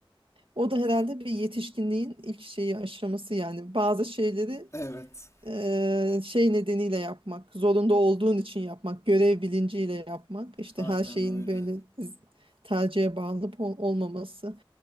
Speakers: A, on the right (about 70°); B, on the left (about 30°).
A: O da herhalde bir yetişkinliğin ilk şeyi aşaması yani. Bazı şeyleri
B: Evet,
A: eee, şey nedeniyle yapmak, zorunda olduğun için yapmak, görev bilinciyle yapmak, işte
B: aynen
A: her şeyin
B: öyle.
A: böyle z- tercihe bağlı ol- olmaması.